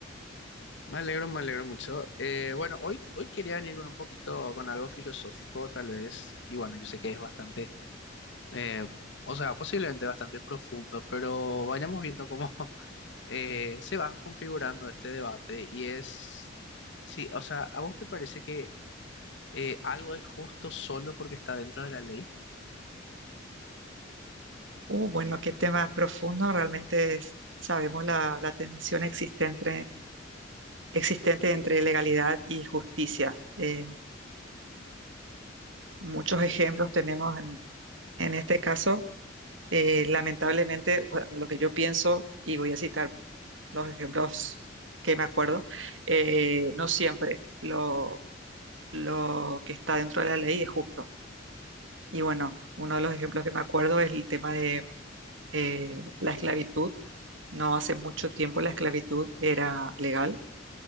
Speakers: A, on the left; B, on the right.
A: Me alegro, me alegro mucho. Eh, bueno, hoy, hoy quería venir con un poquito, con algo filosófico tal vez. Y bueno, yo sé que es bastante, eh, o sea, posiblemente bastante profundo, pero vayamos viendo cómo <laughs> eh, se va configurando este debate. Y es, sí, o sea, ¿a vos te parece que eh, algo es justo solo porque está dentro de la ley?
B: Uh, bueno, qué tema profundo. Realmente es- sabemos la, la tensión existente, existente entre legalidad y justicia. Eh, muchos ejemplos tenemos en, en este caso. Eh, lamentablemente, bueno, lo que yo pienso, y voy a citar los ejemplos que me acuerdo, eh, no siempre lo, lo que está dentro de la ley es justo Y bueno, uno de los ejemplos que me acuerdo es el tema de eh, la esclavitud. No hace mucho tiempo la esclavitud era legal,